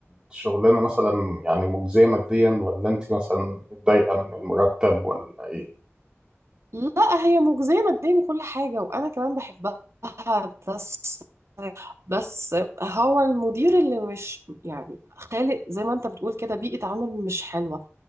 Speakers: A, on the right; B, on the right.
A: الشغلانه مثلا يعني مجزيه ماديا ولا انت مثلا متضايقه من المرتب ولا ايه؟
B: لا هي مجزية ماديا وكل حاجة وانا كمان بحبها بس بس هو المدير اللي مش يعني خالق زي ما انت بتقول كده بيئة عمل مش حلوة